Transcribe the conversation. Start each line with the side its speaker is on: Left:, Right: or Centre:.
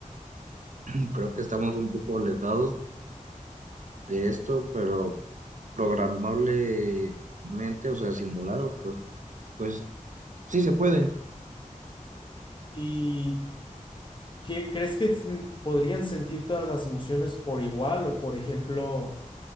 Right: <clears throat> creo que estamos un poco alejados de esto, pero programablemente, o sea, simular, pues, pues sí se puede.
Left: ¿Y qué crees que sen- podrían sentir todas las emociones por igual? O por ejemplo,